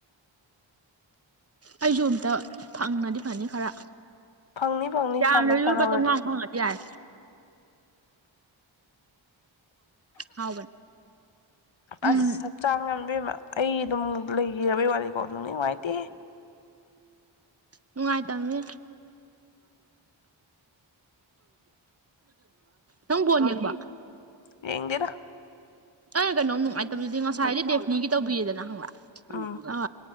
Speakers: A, on the right (about 30°); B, on the left (about 70°).
A: ꯑꯩꯁꯨ ꯑꯝꯇ ꯊꯪꯅꯗꯤ ꯐꯅꯤ ꯈꯔ
B: ꯐꯪꯅꯤ ꯐꯪꯅꯤ
A: ꯌꯥꯗ
B: ꯁꯥꯟꯅꯧ
A: ꯌ
B: ꯁꯥꯟꯅꯍꯧꯔꯗꯤ
A: ꯀ ꯇ ꯇꯏ ꯍꯥꯎꯕꯅꯦ ꯎꯝ
B: ꯑꯁ ꯍꯛꯆꯥꯡ ꯉꯝꯕꯤꯃ ꯑꯩ ꯑꯗꯨꯝ ꯂꯩꯈꯤ ꯔꯕꯤꯋꯥꯂꯤ ꯀꯣ ꯅꯪ ꯅꯤꯡꯉꯥꯏꯇꯦꯦ
A: ꯅꯨꯡꯉꯥꯏꯇꯕꯅꯦ ꯅꯪ ꯣꯟ ꯌꯦꯕ
B: ꯌꯦꯡ ꯀꯦꯔ
A: ꯑꯪ ꯀꯩꯅꯣꯝ ꯅꯨꯡꯉꯥꯏꯇꯕꯗꯨꯗꯤ ꯉꯁꯥꯏꯗꯤ ꯗꯦꯐꯅꯤꯒꯤ ꯇꯧꯕꯤꯔꯦꯗꯅ ꯍꯪꯂꯛ
B: ꯎꯝ
A: ꯍ